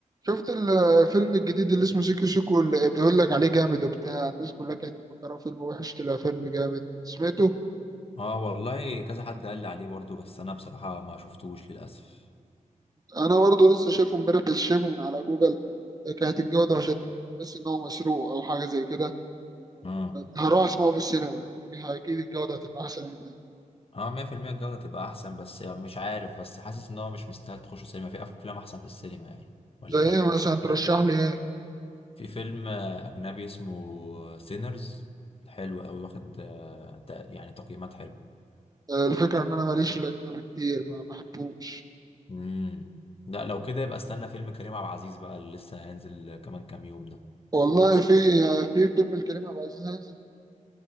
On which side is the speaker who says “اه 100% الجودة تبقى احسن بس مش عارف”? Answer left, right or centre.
Left